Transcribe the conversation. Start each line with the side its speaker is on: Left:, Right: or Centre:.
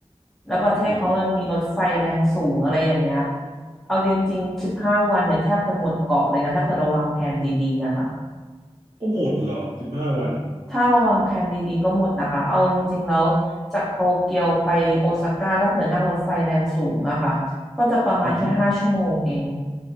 Centre: แล้วประเทศเขามันมีรถไฟแรงสูงอะไรอย่างเงี้ย
Right: อ๋อ
Centre: เอาจริงๆสิบห้าวันเนี่ยแทบจะหมดเกาะเลยนะถ้าเกิดเราวางแผนดีๆอะค่ะ
Right: โอ้หมดเหรอสิบห้าวัน
Centre: ถ้าเราวางแผนดีๆก็หมดนะคะ เอาจริงๆแล้วจากโตเกียวไปโอซาก้าถ้าเผื่อนั่งรถไฟแรงสูงอะค่ะก็จะประมาณแค่ห้าชั่วโมงเอง
Right: อือหือ